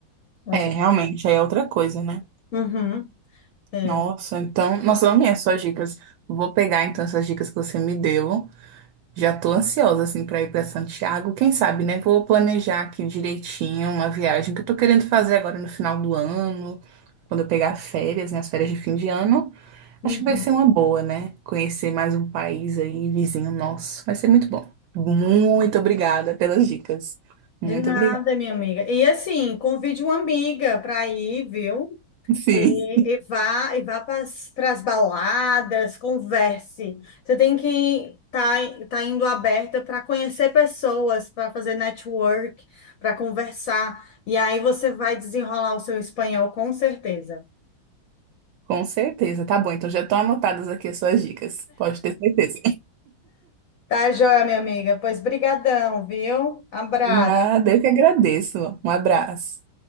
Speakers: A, on the left; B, on the right.
A: Você-
B: É, realmente, aí é outra coisa, né?
A: Uhum, é.
B: Nossa, então, nossa, eu amei as suas dicas. Vou pegar então essas dicas que você me deu. Já tô ansiosa assim para ir para Santiago. Quem sabe, né? Vou planejar aqui direitinho uma viagem que eu tô querendo fazer agora no final do ano, quando eu pegar férias, né? As férias de fim de ano.
A: Uhum.
B: Acho que vai ser uma boa, né? Conhecer mais um país aí, vizinho nosso. Vai ser muito bom. Muito obrigada pelas dicas. Muito
A: De nada,
B: obrigada.
A: minha amiga. E assim, convide uma amiga para ir, viu?
B: <laughs> Sim,
A: E, e vá, e vá para as baladas, converse. Você tem que tá, tá indo aberta para conhecer pessoas, para fazer network, para conversar. E aí você vai desenrolar o seu espanhol com certeza.
B: com certeza. Tá bom, então já estão anotadas aqui as suas dicas. Pode ter certeza.
A: Tá joia, minha amiga? Pois brigadão, viu? Abraço.
B: Nada, eu que agradeço. Um abraço.